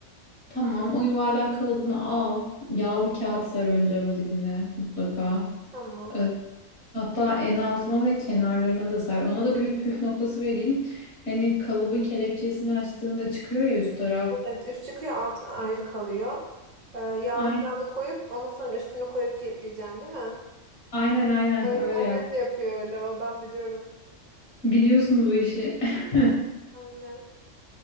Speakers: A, on the left (about 65°); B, on the right (about 40°).
A: Tamam, o yuvarlak kalıbını al. Yağlı kağıt sar önce ama dibine mutlaka.
B: Tamam.
A: Ee, Hatta en altına ve kenarlarına da ser. Ona da bir püf noktası vereyim. Hani kalıbın kelepçesini açtığında çıkıyor ya üst taraf.
B: Evet üst çıkıyor alt ayrı kalıyor. Ee, yağlı
A: Aynen
B: kağıdı koyup ondan sonra üstünü koyup kilitleyeceğim değil mi?
A: aynen, aynen
B: Evet
A: öyle
B: annem
A: yap.
B: de yapıyor öyle ondan biliyorum.
A: Biliyorsun bu işi. <laughs>
B: Aynen.